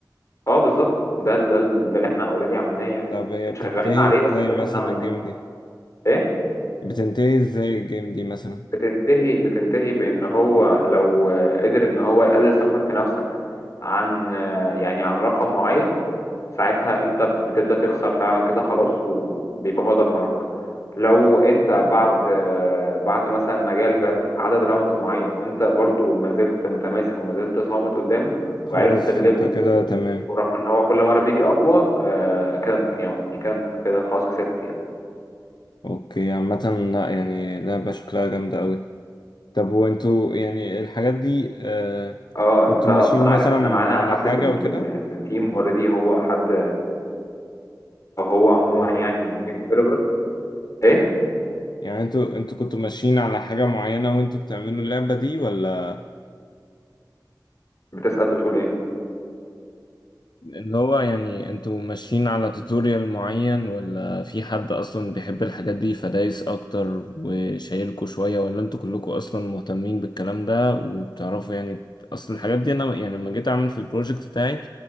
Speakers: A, on the left (about 45°); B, on the left (about 75°).
A: اه بالظبط ده ده ده اللي احنا اوريدي عملناه يعني
B: طب هي بتنتهي
A: شغالين عليه
B: ازاي
A: بس ده اللي
B: مثلا
A: احنا عملناه
B: الجيم دي
A: ايه
B: بتنتهي ازاي الجيم دي مثلا
A: بتنتهي بتنتهي بان هو لو آه، قدر ان هو يقلل ثقتك في نفسك عن آه، يعني عن رقم معين ساعتها انت بتبدأ تخسر فعلا كده خلاص وبيبقى هو دمرك لو انت بعد بعد مثلا مجالك عدد راوندز معين وانت برضو ما زلت متماسك وما زلت صامت قدامه
B: خلاص
A: وعرفت تغلبه
B: انت كده تمام
A: ورغم ان هو كل مرة بيجي اقوى آه كده انت يعني يعني كده انت كده خلاص كسبت يعني
B: اوكي عامة لا يعني لعبة شكلها جامدة قوي طب وانتوا يعني الحاجات دي آه
A: اه
B: كنتوا
A: انت اصلا
B: ماشيين مثلا
A: عارف احنا معانا
B: على
A: حد
B: حاجة
A: في ال
B: وكده
A: في ال في التيم اوريدي هو حد او هو عموما يعني جيم ديفلوبر ايه
B: يعني انتوا انتوا كنتوا ماشيين على حاجة معينة وانتوا بتعملوا اللعبة دي ولا
A: بتسأل بتقول ايه
B: اللي هو يعني انتوا ماشيين على توتوريال معين ولا في حد اصلا بيحب الحاجات دي فدايس اكتر وشايلكوا شوية ولا انتوا كلكم اصلا مهتمين بالكلام ده وبتعرفوا يعني اصل الحاجات دي انا يعني لما جيت اعمل في البروجكت بتاعي